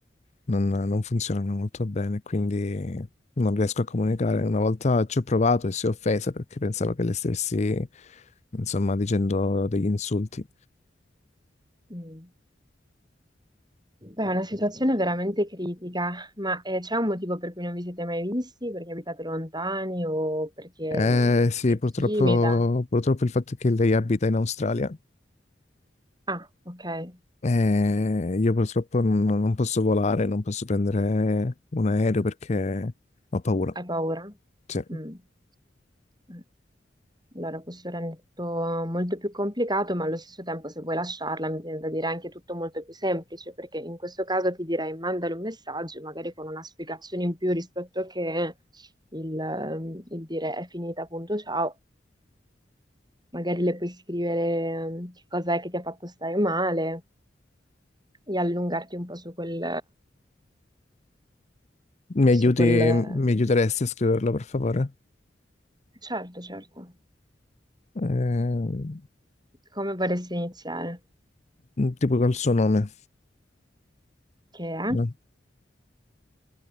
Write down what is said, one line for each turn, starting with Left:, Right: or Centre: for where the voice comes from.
Left: non, non funzionano molto bene, quindi non riesco a comunicare. Una volta ci ho provato e si è offesa perché pensavo che le stessi, insomma, dicendo degli insulti.
Right: Mm. Beh, è una situazione veramente critica, ma eh, c'è un motivo per cui non vi siete mai visti? Perché abitate lontani o perché
Left: Eh
Right: mm,
Left: sì,
Right: è
Left: purtroppo,
Right: timida?
Left: purtroppo il fatto è che lei abita in Australia
Right: Ah, ok, hai
Left: Eh, io purtroppo non, non posso volare, non posso prendere un aereo perché ho paura.
Right: paura?
Left: Sì.
Right: Mm. Eh. Allora, questo rende tutto molto più complicato, ma allo stesso tempo, se vuoi lasciarla, mi viene da dire anche tutto molto più semplice, perché in questo caso ti direi mandale un messaggio, magari con una spiegazione in più rispetto a che il, ehm, il dire è finita, appunto, ciao. Magari le puoi scrivere ehm, che cos'è che ti ha fatto stare male e allungarti un po' su quel,
Left: Mi
Right: su
Left: aiuti,
Right: quel... ehm,
Left: mi aiuteresti a scriverlo, per favore?
Right: Certo, certo.
Left: Eh,
Right: Come vorresti iniziare?
Left: tipo col suo nome,
Right: Che è?
Left: no?